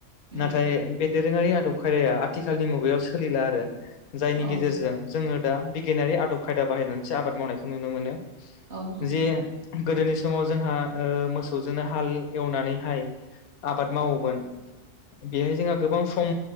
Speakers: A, on the right; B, on the left.
A: उम
B: नाथाय बे दोरोङारि आदब खायदाया आथिखालनि मुगायाव सोलिला आरो जायनि
A: औ औ
B: गेजेरजों जोङो दा बिगियानारि आदब खायदा बाहायनानैसो आबाद मावनायखौ नुनो मोनो
A: औ औ
B: जे गोदोनि समाव जोंहा मोसौजोंनो हाल एवनानैहाय आबाद मावोमोन बेहाय जोंहा गोबां सम